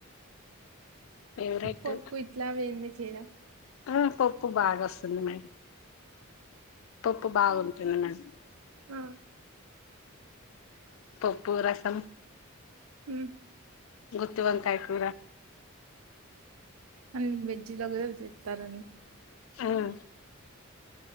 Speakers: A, on the left (about 70°); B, on the right (about 80°).
A: ఫేవరెట్
B: పప్పు ఇట్లా వెేన్నెచ ఏద
A: ఆ పప్పు బాగా వస్తుంది మేం పప్పు బాగుంటుంది మేం
B: ఆహ్
A: పప్పు రసం
B: హ్మ్
A: గుత్తి వంకయకుర
B: అన్ని వెజ్జ్లో కుడా చెత్ పరంద్
A: హ్మ్